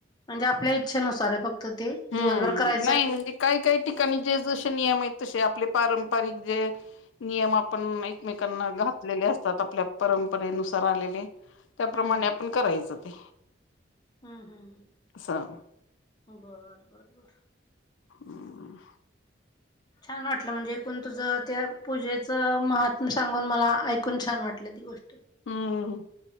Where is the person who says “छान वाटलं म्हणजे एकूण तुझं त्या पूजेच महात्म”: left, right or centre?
Left